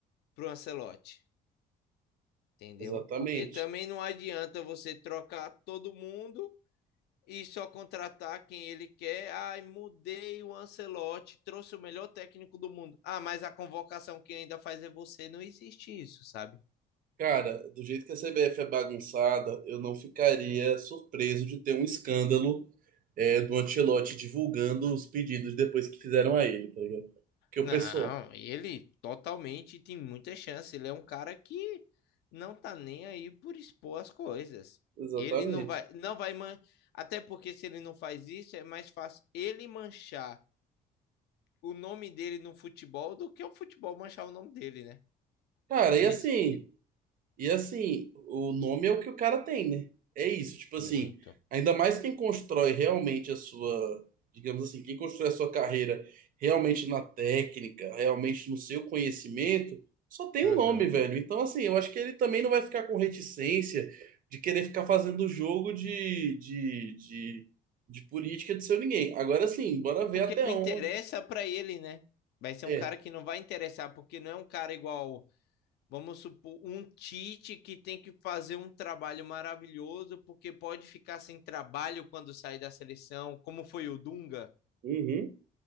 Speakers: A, on the left (about 75°); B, on the right (about 55°).
A: pro Ancelotti? Entendeu?
B: Exatamente.
A: Porque também não adianta você trocar todo mundo e só contratar quem ele quer. Ai, mudei o Ancelotti, trouxe o melhor técnico do mundo. Ah, mas a convocação que ainda faz é você. Não existe isso, sabe?
B: Cara, do jeito que a CBF é bagunçada, eu não ficaria surpreso de ter um escândalo, é, do Ancelotti divulgando os pedidos depois que fizeram a ele, tá ligado? Porque o
A: Não,
B: pessoal.
A: ele totalmente tem muita chance. Ele é um cara que não tá nem aí por expor as coisas.
B: Exatamente.
A: Ele não vai, não vai man... até porque se ele não faz isso, é mais fácil ele manchar o nome dele no futebol do que o futebol manchar o nome dele, né?
B: Cara,
A: Nesse
B: e assim,
A: sentido.
B: e assim, o nome é o que o cara tem, né? É isso, tipo
A: Muito.
B: assim, ainda mais quem constrói realmente a sua, digamos assim, quem constrói a sua carreira realmente na técnica, realmente no seu conhecimento, só tem
A: Aham.
B: um nome, velho. Então, assim, eu acho que ele também não vai ficar com reticência de querer ficar fazendo jogo de, de, de, de política de seu ninguém. Agora sim, bora ver
A: Porque
B: até
A: não
B: onde.
A: interessa pra ele, né? Vai ser
B: É.
A: um cara que não vai interessar, porque não é um cara igual, vamos supor, um Tite que tem que fazer um trabalho maravilhoso, porque pode ficar sem trabalho quando sai da seleção, como foi o Dunga.
B: Uhum.